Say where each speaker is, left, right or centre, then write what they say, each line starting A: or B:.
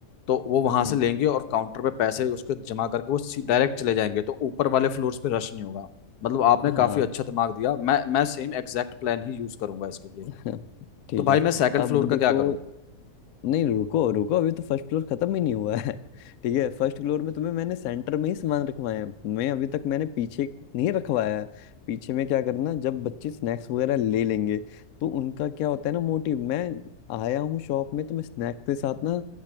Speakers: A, on the left; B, on the left.
A: तो वो वहां
B: हम्म,
A: से लेंगे और काउंटर पे पैसे उसके जमा करके वो डायरेक्ट चले जाएंगे तो ऊपर वाले फ्लोर्स पे रश नहीं होगा मतलब आपने
B: हाँ
A: काफी अच्छा दिमाग दिया मैं मैं सेम एग्जैक्ट प्लान ही यूज करूंगा इसके लिए
B: <laughs> ठीक
A: तो भाई
B: है
A: मैं सेकंड
B: अब
A: फ्लोर का
B: देखो
A: क्या करूँ
B: नहीं रुको रुको अभी तो फर्स्ट फ्लोर खत्म ही नहीं हुआ है <laughs> ठीक है फर्स्ट फ्लोर में तुम्हें मैंने सेंटर में ही सामान रखवाए हैं मैं अभी तक मैंने पीछे नहीं रखवाया है पीछे में क्या करना जब बच्चे स्नैक्स वगैरह ले लेंगे तो उनका क्या होता है ना मोटिव मैं आया हूँ शॉप में तो मैं स्नैक्स के साथ ना